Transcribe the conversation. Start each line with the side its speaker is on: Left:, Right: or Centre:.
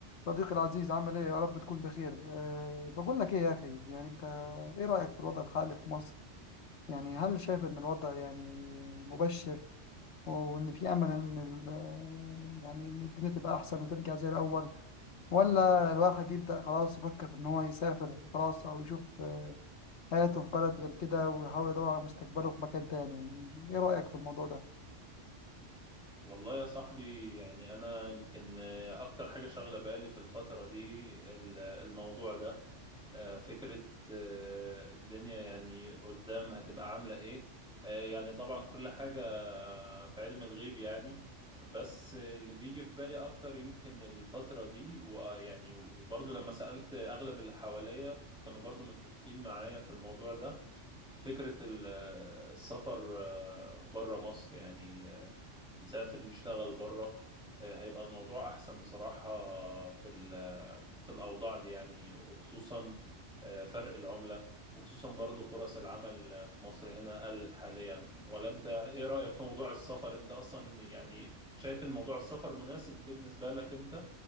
Left: صديقي العزيز عامل ايه يا رب تكون بخير أه بقول لك ايه يا اخي يعني انت ايه رأيك في الوضع الحالي في مصر يعني هل شايف ان الوضع يعني مبشر وان في امل ان ال- آه، يعني ان الدنيا تبقى احسن وترجع زي الاول ولا الواحد يبدأ خلاص يفكر في ان هو يسافر خلاص او يشوف حياته في بلد غير كده ويحاول يدور على مستقبله في مكان تاني يعني ايه رأيك في الموضوع ده
Centre: والله يا صاحبي يعني أنا يمكن آه، أكتر حاجة شاغلة بالي في الفترة دي ال- الموضوع ده آه، فكرة آه، الدنيا يعني قدام هتبقى عاملة إيه آه، يعني طبعا كل حاجة في علم الغيب يعني بس آه، اللي بيجي في بالي أكتر يمكن الفترة دي ويعني وبرضه لما سألت أغلب اللي حواليا كانوا برضه متفقين معايا في الموضوع ده فكرة ال- آه، السفر بره مصر يعني نسافر نشتغل بره آه، هيبقى الموضوع أحسن بصراحة في ال- في الأوضاع دي يعني وخصوصا آه، فرق العملة وخصوصا برضو فرص العمل آه، في مصر هنا قلت حاليا ولا أنت إيه رأيك في موضوع السفر أنت أصلا يعني شايف إن موضوع السفر مناسب بالنسبة لك أنت